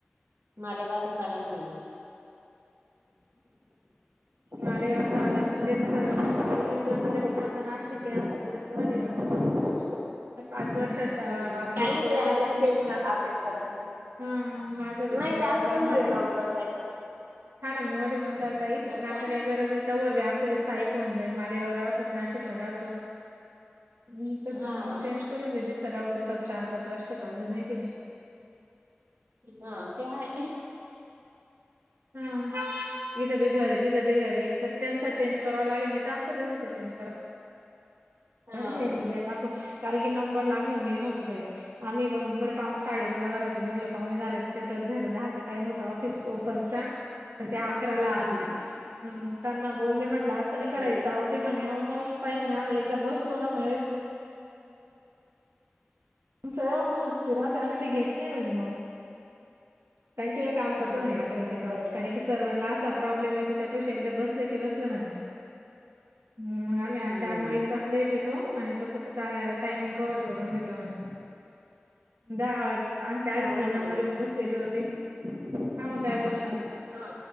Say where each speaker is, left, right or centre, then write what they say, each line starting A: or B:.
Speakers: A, on the right; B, on the right.
A: मालेगावचाच आला म्हणे म्.
B: मालेगावचा आला म् त्याचं ओवीच तिच्या पप्पाच नाशिक आहे आमच्या दोघांचं मालेगाव आहे तर, पाच वर्षात आता
A: हम्म
B: अपडेट
A: काही नाही
B: करू
A: ते
B: तेव्हा
A: ऍड्रेस
B: चेंज करू.
A: कर अपडेट करतील.
B: हा माझा बी
A: नाही
B: कराय
A: ते असं
B: जाणार
A: पण मध्ये
B: हाय
A: जाऊन करता येतं.
B: हा ना म मध्ये पण करता येईल
A: बरं
B: पण आता
A: का
B: काय गरज नाही तवर बी आमंच बी स्ताइक होऊन जाईन मालेगावला राहतो नाशिकला राहतो नी तस
A: हा
B: मग चेंज करून घेऊ जिथं राहू तिथं चार पाच वर्ष आहेत अजून आहे की नाही
A: हा ते हाय
B: हा इथं बी घर हेत तिथं बी घर एक तर त्याचा चेंज करावा लागेल नाही तर आमच्या दोघींचा चेंज करा
A: हा.
B: म्हणलं एकदा द्या टाकून कारण की नंबर लागन मेन होतं ताई आम्ही बरोबर पा साडे नऊ ला घरातून निघलो पावणे दहाला तिथे टच झालो दहाच टाईम तो ऑफिस ओपनचा पण ते अकरा ला आले त्यांणा बोले म्हटल तस नाही करायचं
A: हम्म
B: अहो ते म्हणे आहो मावशी ताई म्हणे आम्ही ऐकदा बसलोना म्हणे आमच ऑफिस सुट्टी राहते आम्ही ती घेत नाही म्हणे म कंटिन्यू काम
A: हम्म
B: करतो म्हणे अकरा ते पाच
A: गर
B: कारण की सव्हर ला असा प्रॉब्लेम येतो त्या पेक्षा ऐकदा बसल की बसल म्हणे म आम्ही
A: हम्म
B: त्यामुळं एक तास लेट येतो आणि तो काय टायमिंग कवर करून घेतो म्हणे दहा आमच्या आधी
A: चांगलं
B: तीन
A: म्हणा
B: नंबर
A: मग
B: येऊन बसलेले होते हा मग काय बोलणार
A: हा